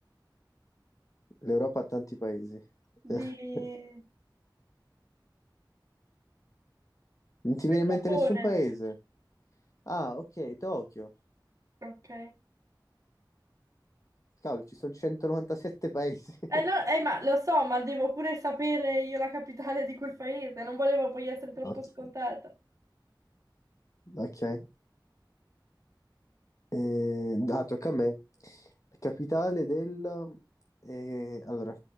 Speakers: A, on the left; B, on the right.
A: L'Europa ha tanti paesi.
B: Di...
A: <laughs> Non ti viene
B: del
A: in
B: Giappone.
A: mente nessun paese? Ah, ok, Tokyo.
B: Ok.
A: Cavolo, ci sono 197 paesi. <laughs>
B: Eh no, eh, ma lo so, ma devo pure sapere io la capitale di quel paese. Non volevo poi essere troppo
A: Ok.
B: scontata.
A: Ok. Eh, ah, tocca a me. La capitale del... eh, allora,